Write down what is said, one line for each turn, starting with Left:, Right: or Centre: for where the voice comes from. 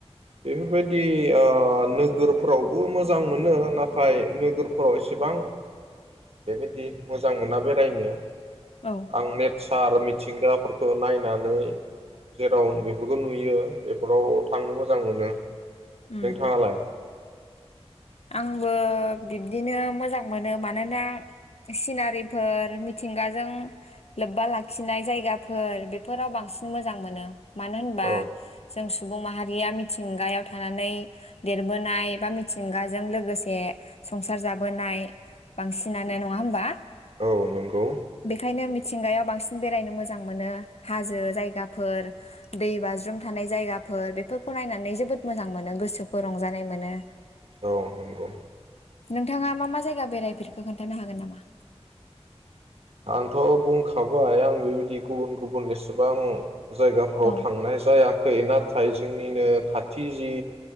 Right: बेफोरबायदि ओ-नोगोरफोरावबो मोजां मोनो नाथाय नोगोरफोराव एसेबां बेबाद । दि मोजां मोना बेरायनो।
Left: औ
Right: आं नेटस सार मिथिंगाफोरखौ नायनानै जेराव बेफोरखौ नुयो बेफोराव थांनो मोजां मोनो।
Left: उम
Right: नोंथाङालाय
Left: आंबो बिब्दिनो मोजां मोनो मानोना सिनारिफोर मिथिंगाजों लोब्बा लाखिनाय जायगाफोर बेफोराव बांसिन मोजां मोनो। मानो होनबा
Right: औ
Left: जों सु बुं माहारिया मिथिंगायाव थानानै देरबोनाय बा मिथिंगा जों लोगोसे संसार जाबोनाय बांसिनानो नङा होमबा
Right: औ नंगौ
Left: बेखायनो मिथिंगायाव बांसिन बेरायनो मोजां मोनो हाजो जायगाफोर दै बाज्रुम थानाय जायगाफोर बेफोरखौ नायनानै जोबोद मोजां मोनो गोसोखौ रंजानाय मोनो।
Right: औ नंगौ
Left: नोंथाङा मा मा जायगा बेरायफेरखो खोन्थानो हागोन नामा?
Right: आंथ' बुंखाबाय आं बेबायदि गुबुन गुबुन एसेबां जायगाफोराव
Left: औ
Right: थांनाय जायाखै नाथाय नाथाय जोंनिनो खाथि जि